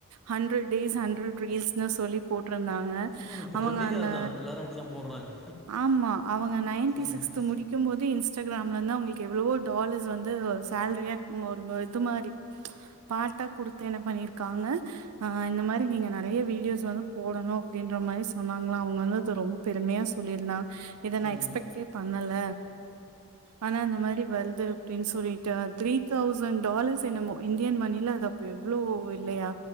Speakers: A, on the right; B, in the centre.
A: ஹண்ட்ரட் டேஸ் ஹண்ட்ரட் ரீல்ஸ்னு சொல்லி போட் டுருந்தாங்க
B: ம் இப்போ
A: அவுங்க
B: ட்ரெண்டிங்கே
A: அந்த
B: அதுதான் எல்லாரும் அப்படி தான் போடுறாங்க
A: ஆமா அவுங்க நைன்டி
B: ம்
A: சிக்ஸ்த் முடிக்கு போதே இல்ஸ் இன்ஸ்டாகிராம்ல இருந்து அவுங்களுக்கு எவ்வளவோ டாலர்ஸ் வந்து ஒ சேலரியா ம் ஒரு இது மாரி பாட்ட குடுத் தென்ன பண்ணிருக்காங்க ஆஹ் இந்த மாரி நீங்க நெறைய வீடியோஸ் வந்து போடணு அப்டின்ற மாரி சொன்னாங்களா அவுங்க வந்து அது ரொம்ப பெருமையா சொல்லியிருந்த இத நா
B: ம்
A: எக்ஸ்பெக்டே பண்ணல ஆனா இந்த மாரி வருது அப்டினு சொல்லிட்டு த்ரீ தௌசண்ட் டாலர்ஸ் என்னமோ இந்தியன் மணில அது இப்ப எவ்ளோ இல்லையா